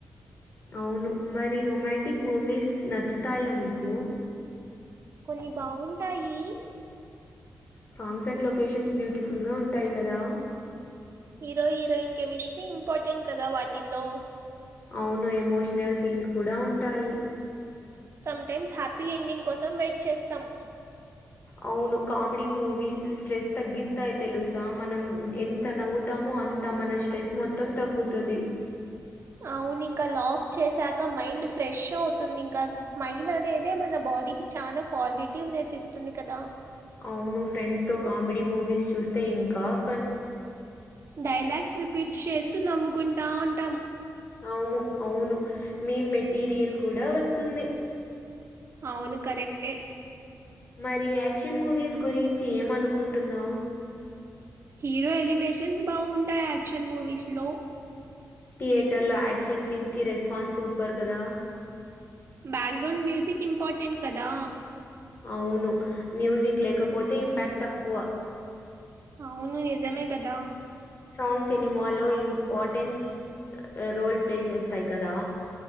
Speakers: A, on the left (about 35°); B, on the right (about 50°).
A: అవును మరి రొమాంటిక్ మూవీస్ నచ్చుతాయా నీకు
B: కొన్ని బాగుంటాయి
A: సాంగ్స్ అండ్ లొకేషన్స్ బ్యూటిఫుల్ గా ఉంటాయి కదా
B: హీరో హీరోయిన్ కెమిస్ట్రీ ఇంపార్టెంట్ కదా వాటిల్లో
A: అవును ఎమోషనల్ సీన్స్ కూడా ఉంటాయి
B: సమ్ టైమ్స్ హ్యాపీ ఎండింగ్ కోసం వెయిట్ చేస్తాం
A: అవును కామెడి మూవీస్ స్ట్రెస్ తగ్గి తాది తెలుసా మనం ఎంత నవ్వుతామో అంత మన స్ట్రెస్ మొత్తం తగ్గుతది
B: అవును ఇంకా లాఫ్ చేసాక మైండ్ ఫ్రెష్ అవుతుంది ఇంకా స్మైల్ అనేది మన బాడీకి చనా పాజిటివ్నెస్ ఇస్తుంది కదా
A: అవును ఫ్రెండ్స్ తో కామెడీ మూవీస్ చూస్తే ఇంకా ఫన్
B: డైలాగ్స్ రిపీట్ చేస్తూ నవ్వుకుంటా ఉంటాం
A: అవుము అవును మీ మెటీరియల్ కూడా వస్తుంది
B: అవును కరెక్టే
A: మరి యాక్షన్ మూవీస్ గురించి ఏమనుకుంటున్నావు
B: హీరో ఎలివేషన్స్ బావుంటాయి యాక్షన్ మూవీస్ లో
A: థియేటర్లో యాక్షన్ సీన్స్ కి రెస్పాన్స్ సూపర్ కదా
B: బ్యాక్గ్రౌండ్ మ్యూజిక్ ఇంపార్టెంట్ కదా
A: అవును మ్యూజిక్ లేకపోతే ఇంప్యాక్ట్ తక్కువ
B: అవును నిజమే కదా
A: సాంగ్ సినిమాలో ఇంపార్టెంట్ రోల్ ప్లే చేస్తాయ్ కదా